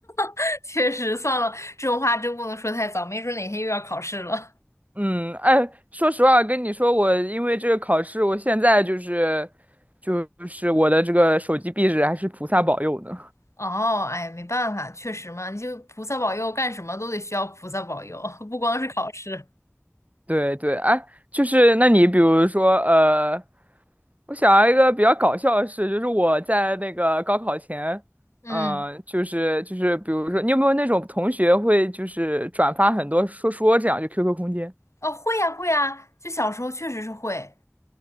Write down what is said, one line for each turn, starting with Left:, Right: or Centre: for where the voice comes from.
Left: <laughs> 确实，算了，这种话真不能说太早，没准哪天又要考试了。
Right: 嗯，哎，说实话，跟你说，我因为这个考试，我现在就是就是我的这个手机壁纸还是菩萨保佑呢。
Left: <laughs> 哦，哎，没办法，确实嘛，你就菩萨保佑，干什么都得需要菩萨保佑，<laughs> 不光是考试。
Right: 对对，哎，就是那你比如说呃。我想要一个比较搞笑的事，就是我在那个高考前，
Left: 嗯，
Right: 嗯，就是就是，比如说，你有没有那种同学会就是转发很多说说这样，就 QQ 空间
Left: 哦，会呀，会呀，就小时候确实是会。